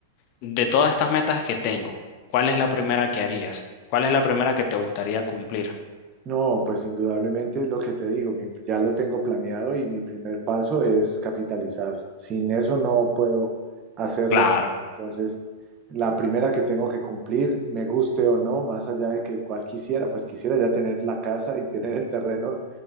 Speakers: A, on the left; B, on the right.
A: De todas estas metas que tengo, ¿cuál es la primera que harías? ¿Cuál es la primera que te gustaría cumplir?
B: No, pues indudablemente es lo que te digo, mi- ya lo tengo planeado y mi primer paso es capitalizar. Sin eso no puedo hacerlo.
A: Claro,
B: Entonces, la primera que tengo que cumplir, me guste o no, más allá de que cual quisiera, pues quisiera ya tener la casa y <laughs> tener el terreno